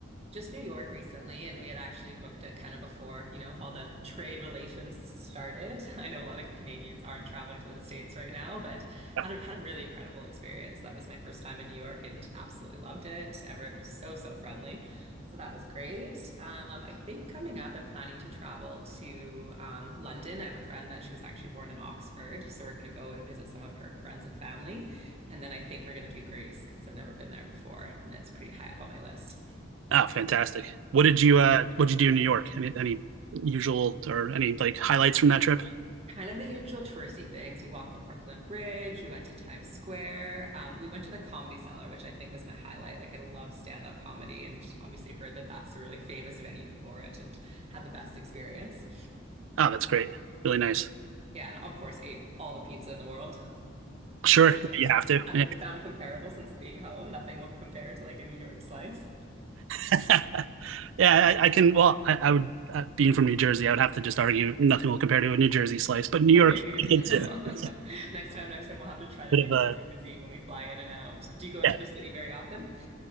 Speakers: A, on the right; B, on the right.
A: just New York recently, and we had actually booked it kind of before, you know, all the trade relations started. I know a lot of Canadians aren't traveling to the States right now, but
B: Yep.
A: had a, had a really incredible experience. That was my first time in New York and absolutely loved it. Everyone was so, so friendly. So that was great. Um, I think coming up, I'm planning to travel to um, London. I have a friend that she was actually born in Oxford. So we're going to go and visit some of her friends and family. And then I think we're going to do Greece because I've never been there before. And it's pretty high up on my list.
B: Ah, fantastic. What did you uh what did you do in New York? Any any usual or any like highlights from that trip?
A: Kind of the usual touristy things. We walked the Brooklyn Bridge. We went to Times Square. Um, we went to the Comedy Cellar, which I think was my highlight. Like, I love stand-up comedy and obviously heard that that's a really famous venue for it and had the best experience.
B: Oh, that's great. Really nice.
A: Yeah, and of course, ate all the pizza in the world
B: Sure.
A: and
B: You have to.
A: haven't
B: Yeah,
A: found comparable since being home. Nothing will compare to like a New York slice.
B: <laughs> yeah I, I can well, I, I would uh, being from New Jersey, I would have to just argue nothing will compare to a New Jersey slice, but New York
A: Okay,
B: <laughs>
A: good to
B: good
A: know.
B: too. It's a
A: <laughs> Next time, next time, we'll have to try the
B: bit
A: New
B: of
A: Jersey
B: a
A: cuisine when we fly in and out. Do you go into
B: yeah.
A: the city very often?